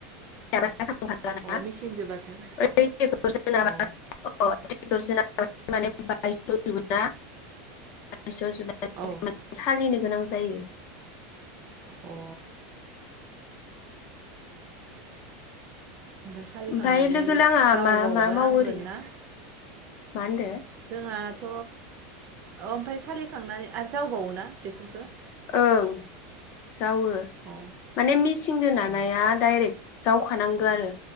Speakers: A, on the left; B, on the right.
A: <unintelligible> थांफालाना
B: अ मेचिन जोबाथ'
A: ओइ ट्रेक्टरजों
B: <inaudible>
A: नाबा
B: अ
A: <unintelligible> <unintelligible>
B: औ
A: सालिनो गोनां जायो।
B: अ'। ओमफाय सालिखांनानै
A: ओमफ्राय लोगो लाङा
B: जावबावबा
A: मा मा मावो
B: नांगोन
A: ओरैनो
B: ना?
A: मा होनदो?
B: जोंहाथ' ओमफाय सालिखांनानै आरो जावबावोना बेसरखो?
A: ओं। जावो
B: अ
A: माने मिसिंदो नानाया
B: अ
A: डाइरेक्ट जावखानांगो आरो